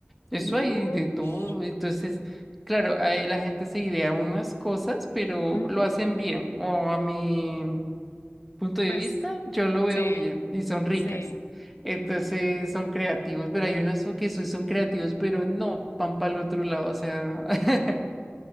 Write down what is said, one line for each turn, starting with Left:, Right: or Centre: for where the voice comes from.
Centre: Eso
Left: Ush.
Centre: hay de todo. Entonces, claro, ahí la gente se idea unas cosas, pero
Left: Ujú.
Centre: lo hacen bien. O a mí punto de
Left: Pues
Centre: vista, yo lo veo
Left: sí,
Centre: bien y son ricas.
Left: sí.
Centre: Entonces son creativos, pero hay unos que sí son creativos, pero no van para el otro lado, o sea, <laughs>